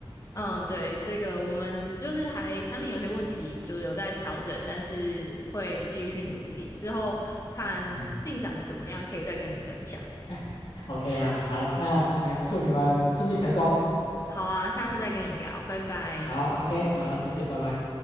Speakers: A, on the left; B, on the left.
A: 嗯，对，这个我们就是还产品有些问题，就是有在调整，但是会继续努力，之后看进展的怎么样，
B: 哎
A: 可以再跟你分享。
B: 哎，OK 啊，好，那哎，祝你们顺利成功，
A: 好啊，下次再跟你聊，拜拜。
B: 好，OK，好，谢谢，拜拜。